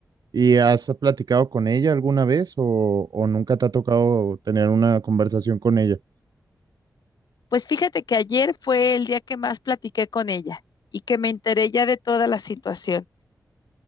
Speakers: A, on the right; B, on the left.
A: ¿Y has platicado con ella alguna vez o, o nunca te ha tocado tener una conversación con ella?
B: Pues fíjate que ayer fue el día que más platiqué con ella y que me enteré ya de toda la situación.